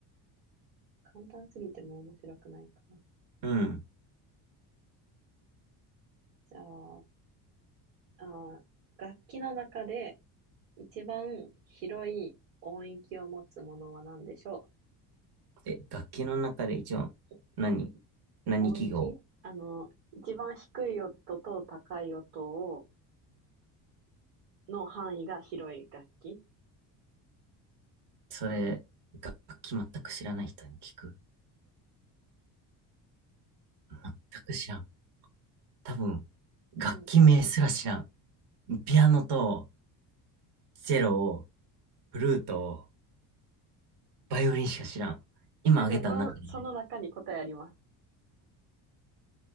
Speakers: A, on the right; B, on the right.
A: 簡単すぎても面白くないかな。
B: うん。
A: じゃあ、あー、楽器の中で一番広い音域を持つものは何でしょう
B: え、楽器の中で一番、何何記号
A: 音域あの、一番低い音と高い音を、の範囲が広い楽器。
B: それ、楽器全く知らない人に聞く全く知らん。多分、楽器名すら知らん。
A: うん。
B: ピアノと、チェロを、フルート、バイオリンしか知らん。今挙げた中に、
A: あ、でもその、その中に答えあります。